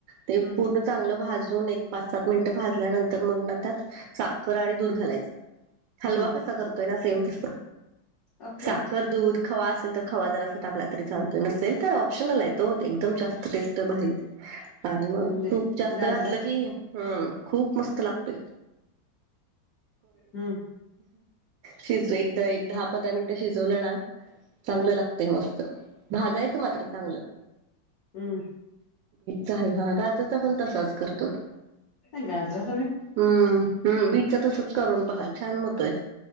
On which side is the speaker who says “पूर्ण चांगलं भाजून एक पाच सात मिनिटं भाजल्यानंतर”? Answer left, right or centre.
Right